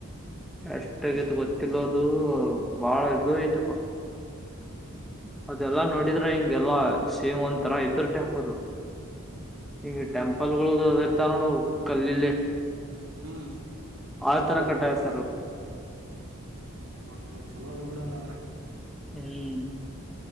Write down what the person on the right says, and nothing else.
ಹ್ಮ್ ಹ್ಮ್
ಹ್ಮ್
ಮತ್ತ ಚಲೋದ ಬಿಡಣದ್ರ